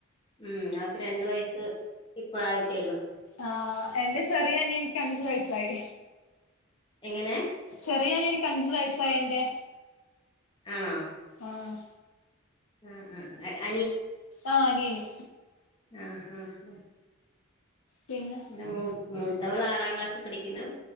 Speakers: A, on the left; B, on the left.
A: ഉം അവക്ക് രണ്ടു വയസ്സ് ഇപ്പഴായിട്ടേള്ളു
B: ആഹ്എന്റെ ചെറിയഅനിയന്ക്ക് അഞ്ചു വയസ്സായി
A: എങ്ങനെ
B: ചെറിയ അനിയന്ക്ക് അഞ്ചു വയസ്സായെ എന്റെ
A: ആണോ
B: ആഹ്
A: ഉം ഉം അയ
B: ആഹ് അനിയന്
A: ആഹ് ഹ ഹ
B: പിന്നെ
A: പിന്നെ മൂ മൂത്തവള് ആറാം ക്ലാസ്സി പഠിക്കുന്നു